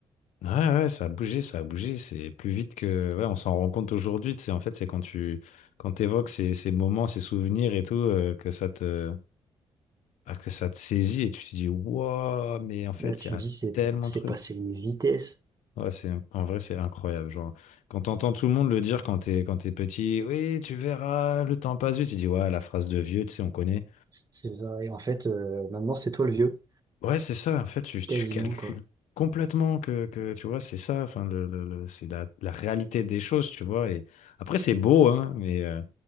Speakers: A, on the left; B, on the right.
A: Ouais, ouais, ça a bougé, ça a bougé. C'est plus vite que. Ouais, on s'en rend compte aujourd'hui. Tu sais, en fait, c'est quand tu, quand t'évoques ces, ces moments, ces souvenirs et tout, euh, que ça te. Ah, que ça te saisit et tu te dis, waouh, mais en fait,
B: Là, tu
A: il y a
B: te dis, c'est,
A: tellement
B: c'est
A: de trucs.
B: passé une vitesse.
A: Ouais, c'est, en vrai, c'est incroyable. Genre, quand t'entends tout le monde le dire quand t'es, quand t'es petit, oui, tu verras, le temps passe vite, tu dis, ouais, la phrase de vieux, tu sais, on connaît.
B: C'est ça. Et en fait, euh, maintenant, c'est toi le vieux,
A: Ouais, c'est ça, en fait, tu, tu
B: quasiment,
A: calcules
B: quoi.
A: complètement que, que, tu vois, c'est ça, enfin, le, le- le- c'est la, la réalité des choses, tu vois. Et après, c'est beau, hein, mais, euh,